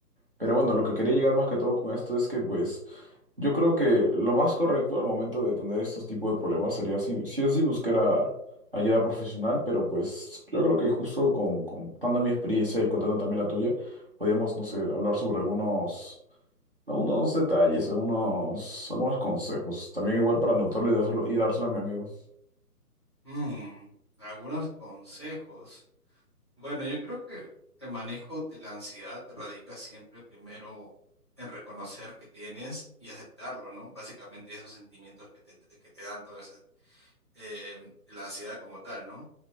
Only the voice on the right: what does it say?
Pero bueno, lo que quería llegar más que todo con esto es que pues yo creo que lo más correcto al momento de tener estos tipos de problemas sería sí, sí o sí buscar a- ayuda profesional, pero pues yo creo que justo con, contando mi experiencia y contando también la tuya, podemos, no sé, hablar sobre algunos, algunos detalles, algunos, algunos consejos, también igual para anotarlo y dárselo, y dárselo a mi amigo.